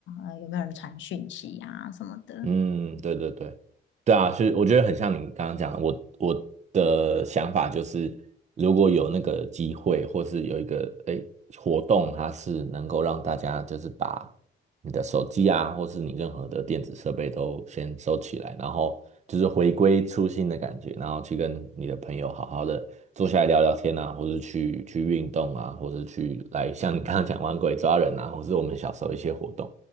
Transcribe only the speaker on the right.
嗯，对对对，对啊，是我觉得很像你刚刚讲的，我我的想法就是，如果有那个机会，或是有一个诶活动，它是能够让大家就是把你的手机啊，或是你任何的电子设备都先收起来，然后就是回归初心的感觉，然后去跟你的朋友好好的坐下来聊聊天啊，或是去去运动啊，或是去来像你刚刚讲玩鬼抓人啊，或是我们小时候一些活动。